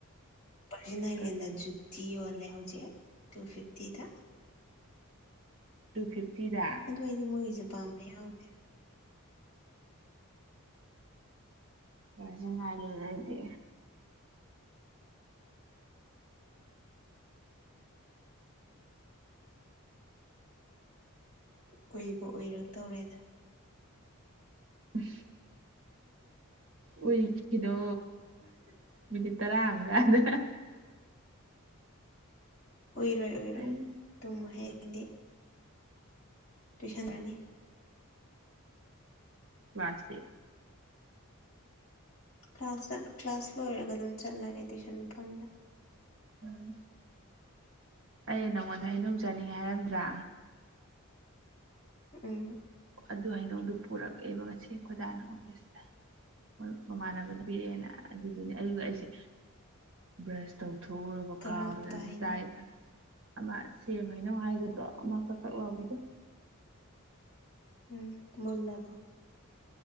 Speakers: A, on the left; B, on the right.
A: ꯄꯖꯤ ꯅꯥꯏꯟꯂꯦꯟꯗ
B: ꯀꯔꯤ
A: ꯖꯨꯗꯤꯤ ꯌꯣꯜꯂꯦ ꯍꯧꯖꯤꯛ ꯇꯨ ꯐꯤꯐꯇꯤꯗ
B: ꯇꯨ ꯐꯤꯞꯇꯤꯗ
A: ꯑꯗꯨꯗ ꯑꯩꯗꯤ ꯃꯣꯏꯒꯤꯁꯦ ꯄꯥꯝꯕ ꯌꯥꯎꯦ
B: ꯁꯤꯅꯥꯏꯂꯦꯗꯗꯤ
A: ꯀꯨꯏꯕ ꯎꯏꯔꯛꯇꯧꯔꯦꯗ
B: ꯑ ꯎꯏꯈꯤꯗꯣ ꯃꯤꯅꯤꯠ ꯇꯔꯥ ꯑꯃꯀꯥꯟꯗ
A: ꯑꯣꯏꯏꯔꯣꯏ ꯑꯣꯏꯔꯣꯏ
B: ꯑꯩ
A: ꯇꯨꯝꯃ ꯍꯡꯗꯤ ꯇ꯭ꯌꯨꯁꯟ ꯔꯅꯤ
B: ꯃꯥꯁꯦ
A: ꯀ꯭ꯂꯥꯁ ꯀ꯭ꯂꯥꯁ ꯂꯣꯏꯔꯒ ꯑꯗꯨꯝ ꯆꯠꯂꯒꯦ ꯇꯨꯏꯁꯟ ꯃꯐꯝꯗ
B: ꯎꯝ ꯑꯩ ꯅꯉꯣꯟꯗ ꯍꯩꯅꯅꯨꯡ ꯆꯥꯅꯤꯡꯉꯦ ꯍꯥꯏꯔꯝꯗ꯭ꯔꯥ
A: ꯎꯝ
B: ꯑꯗꯨ ꯍꯩꯅꯧꯗꯨ ꯄꯨꯔꯛꯑꯦꯕ ꯉꯁꯦ ꯈꯣꯏꯗꯥꯅ ꯑꯣꯐꯤꯁꯇ ꯃꯣꯏ ꯃꯃꯥꯟꯅꯕꯅ ꯄꯤꯔꯛꯑꯦꯅ ꯑꯗꯨꯒꯤꯅꯦ ꯑꯗꯨꯒ ꯑꯩꯁꯦ ꯕ꯭ꯔꯁ ꯇꯧꯊꯣꯛꯎꯔꯕ
A: ꯀꯔꯝꯕ
B: ꯀꯥꯎꯅ ꯑꯗꯨꯁꯨ
A: ꯍꯩꯅꯣ
B: ꯇꯥꯏꯦ ꯈꯦ ꯑꯃ ꯁꯦꯝ ꯍꯥꯏꯩꯅꯧ ꯍꯥꯏꯒꯗ꯭ꯔꯣ ꯑꯃ ꯈꯛ ꯈꯛ ꯂꯥꯎꯕꯤꯗꯣ
A: ꯎꯝ ꯃꯜꯂꯕ